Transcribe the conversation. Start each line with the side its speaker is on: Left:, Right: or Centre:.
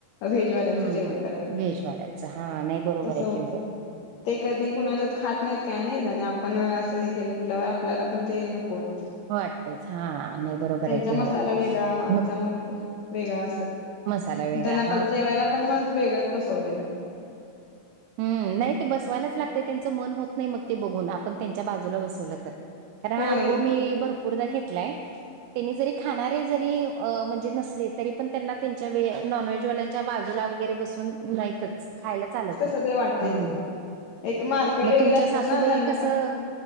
Left: व्हेजवाल्यांचं
Right: हम्म.
Left: जेवण कराय लागेल,
Right: व्हेजवाल्यांचं हा नाही बरोबर
Left: तस
Right: आहे
Left: होते.
Right: की होय.
Left: ते कधी कुणाच्यात खात- नाहीत काय नाही, आणि आपण असं हे केलं म्हटल्यावर आपल्याला पण ते नको वाटत.
Right: वाटतेच, हा नाही बरोबर
Left: त्यांचा
Right: आहे की
Left: मसाला
Right: हो
Left: वेगळा आमचा
Right: मग
Left: वेगळा असं
Right: मसाला वेगळा-
Left: त्यांना बस जेवायला पण मग वेगळंच बसवलेलं.
Right: हं नाही ते, बसवायलाच लागतय त्यांचं मन होत नाही मग ते बघून, आपण त्यांच्या बाजूला बसवलं तर- कारण
Left: होय
Right: हा अनुभव मी भरपूरदा घेतलाय. त्यांनी जरी खाणारे जरी अ म्हणजे नसले तरी पण व नॉन व्हेजवाल्या च्या बाजूला वगैरे बसून, नाहीतच, खायला चालत नाही.
Left: सगळे वाटतय
Right: हम्म.
Left: तेे,, एक मारकळे
Right: मग
Left: वगैरे
Right: तुमच्या
Left: असतात
Right: सासूबाई
Left: ना त्यांना
Right: कसं
Left: पण